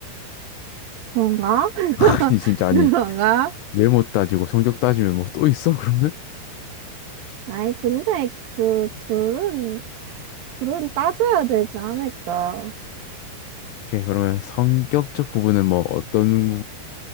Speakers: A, on the right (about 60°); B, on the left (about 80°).
A: 그런가? <laughs>
B: <laughs> 아니, 진짜, 아니,
A: 그런가?
B: 외모 따지고 성격 따지면 뭐 또 있어, 그러면?
A: 아니, 근데 그 둘은, 둘은 따져야 되지 않을까?
B: 오케이, 그러면 성격적 부분은 뭐 어떤